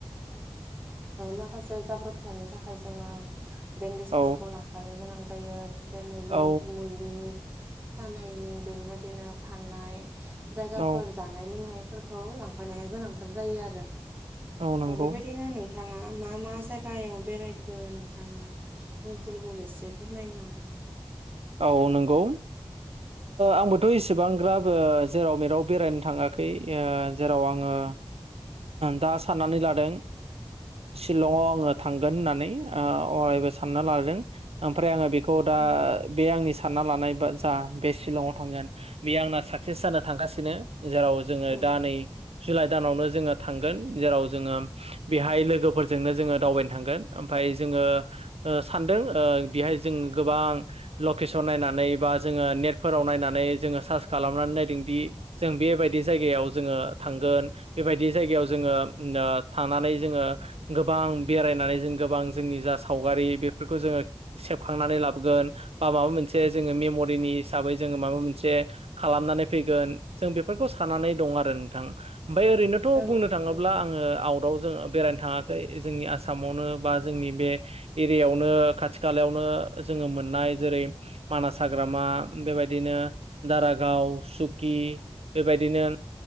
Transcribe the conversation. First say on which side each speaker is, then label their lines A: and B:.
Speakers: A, on the right; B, on the right.
A: माखासे जाब्रब फिथाइनो थाखाय जोङो बेन्देजफोरखौ
B: औ
A: लांफानो गोनां जायो बिदिनो लोम
B: औ
A: मुलि सानायनि बेफोरबायदिनो थानाय जायगाफोर
B: औ
A: जानाय लोंनायफोरखौ लांफानाया गोनांथार जायो आरो
B: औ नंगौ
A: बेबायदिनो नों नोंथाङा मा मा जायगायाव बेरायखो नोंथाङा मुंफोरखौ एसे फोरमायनो आरो <unintelligible>
B: औ नंगौ आंबोथ' एसेबांग्राब जेराव मेराव बेरायनो थाङाखै जेराव आङो दा साननानै लादों शिलंआव आङो थांगोन होननानै अरायबो सानना लादों ओमफ्राय आङो बे खौ दा
A: औ
B: बे आंनि सानना लानाय बाजा बे शिलंआव थांगोन बे आंना साक्सेस जानो थांगासिनो जेराव जोङो
A: औ
B: दा नै जुलाइ दानावनो जोङो थांगोन जेराव जोङो बेहाय लोगोफोरजोंनो जोङो दावबायनो थांगोन ओमफाय जोङो ओ सानदों ओ बिहाय जों गोबां लकेसन नायनानै बा जोङो नेट फोराव नायनानै जोङो सार्स खालामनानै नायदोंदि जों बेबायदि जायगायाव जोङो थांगोन बेबायदि जायगायाव जोङो ओ थानानै जोङो गोबां बेरायनानै जों गोबां जोंनि जा सावगारि बेफोरखौ जोङो सेबखांनानै लाबोगोन बा माबा मोनसे जोङो मेमरिनि हिसाबै जोङो माबा मोनसे खालामनानै फैगोन जों बेफोरखौ साननानै दङ आरो नोंथां ओमफफ्राय ओरैनोथ'
A: औ
B: बुंनो थाङोब्ला
A: नंगौ
B: आङो आउटाव जोङो बेरायनो थाङा जोंनि आसामावनो बा जोंनि बे एरियायावनो खाथि खालायावनो जोङो मोननाय जेरै मानास हाग्रामा बेबायदिनो दारागाव सुकि बेबायदिनो